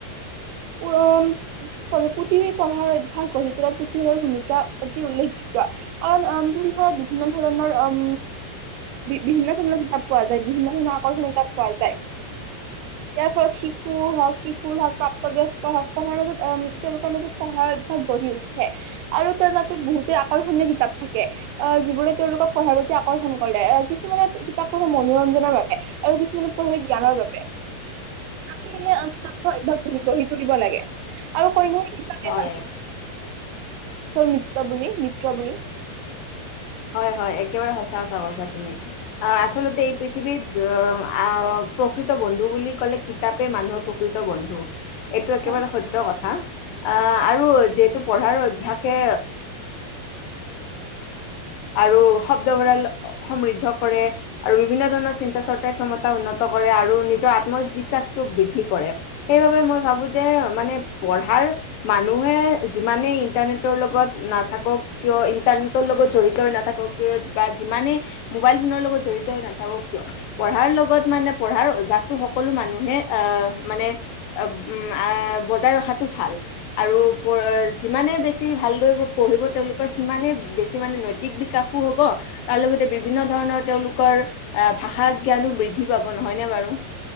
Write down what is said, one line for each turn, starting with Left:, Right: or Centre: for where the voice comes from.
Right: উম পুথিৱ পঢ়াৰ অভ্যাস গঢ়ি তোলাত পুথিৱীৰৰ ভূমিকা অতি উল্লেখযোগ্য কোৱা কাৰণ পুথিভঁৰাল বিভিন্ন ধৰণৰ উম বিভিন্ন ধৰণৰ কিতাপ পোৱা যায় বিভিন্ন ধৰণৰ আকৰ্ষণীয় কিতাপ পোৱা যায় ইয়াৰ ফলত শিশু হওক কিশোৰ হওক প্ৰাপ বয়স্ক সকলৰ মাজত তেওঁলোকৰ মাজত পঢ়াৰ অভ্যাস গঢ়ি উঠে আৰু তেওঁ তাতে বহুতে আকৰ্ষণীয় কিতাপ থাকে আহ যিবোৰে তেওঁলোকক পঢ়াৰ প্ৰতি আকৰ্ষণ কৰে আহ কিছুমানে কিতাপ পঢ়ে মনোৰঞ্জনৰ বাবে আৰু কিছুমানে পঢ়ে জ্ঞানৰ বাবে আমি সে অভ্যাস। তুমি গঢ়ি তুলিব লাগে আৰু কয় নহয় হিচাবে
Left: হয়
Right: মিত্ৰ বুলি মিত্ৰ বুলি
Left: হয় হয় একেবাৰে সচা কথা কৈছা তুমি আহ আচলতে এই পৃথিৱীত আহ প্ৰকৃত বন্ধু বুলি কলে কিতাপে মানুহৰ প্ৰকৃত বন্ধু এইটো একেবাৰে
Right: হয়
Left: সত্য কথা আহ আৰু যিহেতু পঢ়াৰ অভ্যাসে আৰু শব্দ ভঁৰাল সমৃদ্ধ কৰে আৰু বিভিন্ন ধৰণৰ চিন্তা চৰ্চাৰথ ক্ষমতা উন্নত কৰে আৰু নিজৰ আত্মবিশ্বাসটো বৃদ্ধি কৰে সেইবাবে মই ভাবো যে মানে পঢ়াৰ মানুহে যিমানেই ইণ্টাৰনেটৰ লগত নাথাকক কিয় ইণ্টাৰনেটৰ লগত জড়িত নাথাকক কিয় বা যিমানে মোবাইল ফোনৰ লগত জড়িত হৈ নাথাকক কিয় পঢ়াৰ লগত মানে পঢ়াৰ অভ্যাসটো সকলো মানুহে আহ মানে উ বজাই ৰখাতটো ভাল আৰু যিমানে বেছি ভালদৈ পঢ়িব তেওঁলোকৰ সিমানেই বেছি মানে নৈতি নৈতিক বিকাশো হ'ব তাৰ লগতে বিভিন্ন ধৰণৰ তেওঁলোকৰ আহ ভাষা জ্ঞানো বৃদ্ধি পাব নহয়নে বাৰু